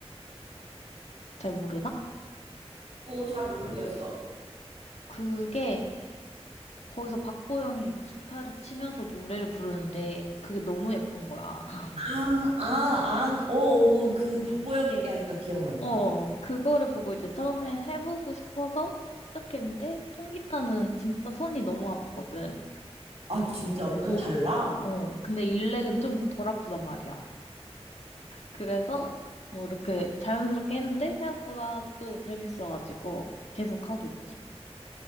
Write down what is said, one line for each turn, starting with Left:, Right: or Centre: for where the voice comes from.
Left: 잘 모르나?
Right: 오, 잘 모르겠어.
Left: 그게 거기서 박보영이 기타를 치면서 노래를 부르는데 그게 너무 예쁜 거야. <laughs>
Right: 아, 아, 아, 어, 어, 그 박보영 얘기하니까 기억난다.
Left: 어, 그거를 보고 이제 처음에 해보고 싶어서 시작했는데 통기타는 진짜 손이 너무 아프거든.
Right: 아, 진짜로? 그게
Left: 어,
Right: 달라?
Left: 어. 근데 일렉은 좀 덜 아프단 말이야. 그래서 뭐 이렇게 자연스럽게 했는데 생각보다 또 재밌어가지고 계속 하고 있지.